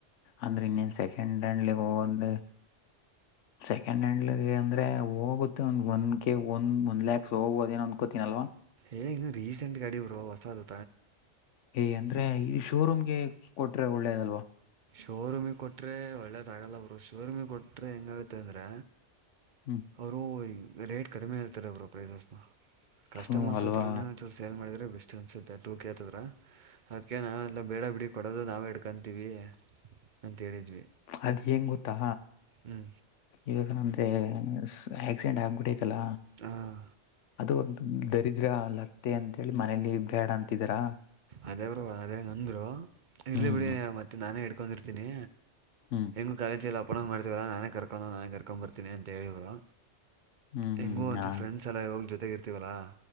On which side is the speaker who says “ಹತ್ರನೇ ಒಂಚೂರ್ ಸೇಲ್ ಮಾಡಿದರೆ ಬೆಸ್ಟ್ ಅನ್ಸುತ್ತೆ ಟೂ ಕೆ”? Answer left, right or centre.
Right